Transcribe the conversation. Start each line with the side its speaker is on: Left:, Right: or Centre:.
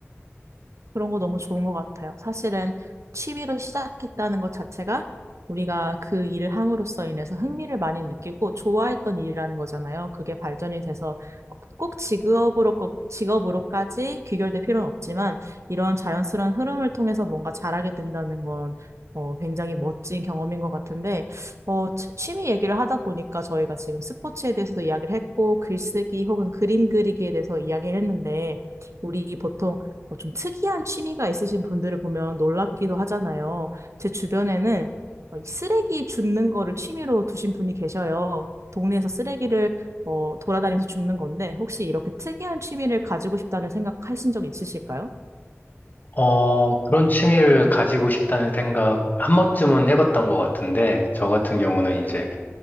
Right: 그런 거 너무 좋은 것 같아요. 사실은 취미로 시작했다는 것 자체가 우리가 그 일을 함으로써 인해서 흥미를 많이 느끼고 좋아했던 일이라는 거잖아요. 그게 발전이 돼서 꼭, 꼭 직업으로, 꼭 직업으로까지 귀결될 필요는 없지만 이러한 자연스러운 흐름을 통해서 뭔가 잘하게 된다는 건 어, 굉장히 멋진 경험인 것 같은데, 어, 취- 취미 얘기를 하다 보니까 저희가 지금 스포츠에 대해서도 이야기를 했고, 글쓰기 혹은 그림 그리기에 대해서 이야기를 했는데, 우리 보통 뭐 좀 특이한 취미가 있으신 분들을 보면 놀랍기도 하잖아요. 제 주변에는 어, 이 쓰레기 줍는 거를 취미로 두신 분이 계셔요. 동네에서 쓰레기를 어, 돌아다니면서 줍는 건데 혹시 이렇게 특이한 취미를 가지고 싶다는 생각하신 적 있으실까요?
Left: 어, 그런 취미를 가지고 싶다는 생각 한 번쯤은 해봤던 것 같은데, 저 같은 경우는 이제,